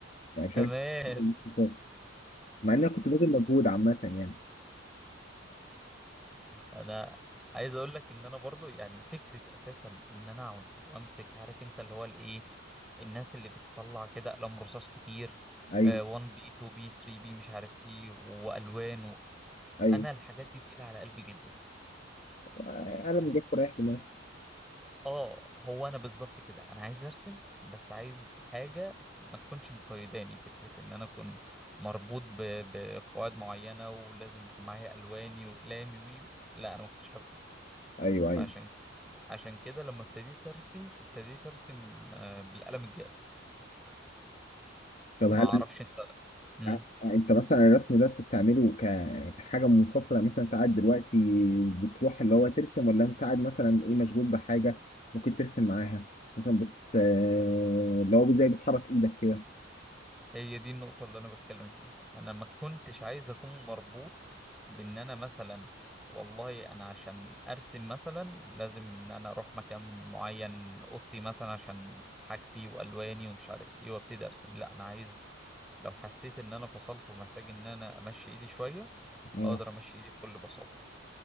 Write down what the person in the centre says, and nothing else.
تمام
انا عايز اقول لك ان انا برضو يعني فكره اساسا ان انا اقعد وامسك عارف انت اللي هو الايه الناس اللي بتطلع كده اقلام رصاص كتير
آه، 1 بي 2 بي 3 بي مش عارف ايه والوان و...
انا الحاجات دي تقيله على قلبي جدا
يعني
اه هو انا بالظبط كده انا عايز ارسم بس عايز حاجه ما تكونش مقيداني فكره ان انا اكون مربوط ب... بقواعد معينه ولازم يكون معايا الواني واقلامي وي لا انا ما كنتش حابب كده
فعشان عشان كده لما ابتديت ارسم ابتديت ارسم آه، بالقلم الجاف
ما
اعرفش انت امم
هي دي النقطة اللي انا بتكلم فيها انا ما كنتش عايز اكون مربوط بان انا مثلا والله انا عشان ارسم مثلا لازم ان انا اروح مكان معين اوضتي مثلا عشان حاجتي والواني ومش عارف ايه وابتدي ارسم لا انا عايز لو حسيت ان انا فصلت ومحتاج ان انا امشي ايدي شوية
اقدر امشي ايدي بكل بساطة